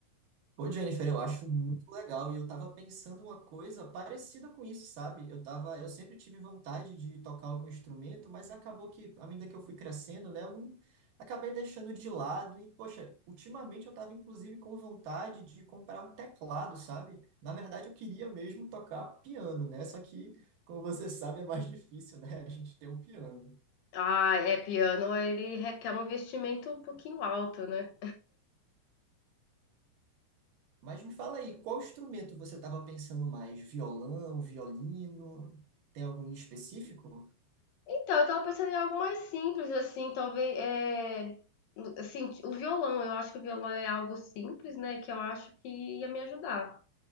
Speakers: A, on the right; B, on the left.
A: Pô, Jennifer, eu acho muito legal e eu tava pensando uma coisa parecida com isso, sabe? Eu tava, eu sempre tive vontade de tocar algum instrumento, mas acabou que, à medida que eu fui crescendo, né, eu não- acabei deixando de lado e, poxa, ultimamente eu tava inclusive com vontade de comprar um teclado, sabe? Na verdade, eu queria mesmo tocar piano, né? Só que, como você sabe, é mais difícil, né, <laughs> a gente ter um piano.
B: Ah, é, piano ele requer um investimento um pouquinho alto, né?
A: Mas me fala aí, qual instrumento você tava pensando mais? Violão, violino? Tem algum em específico?
B: Então, eu tava pensando em algo mais simples, assim, talvez, é, assim, o violão, eu acho que o violão é algo simples, né, que eu acho que ia me ajudar.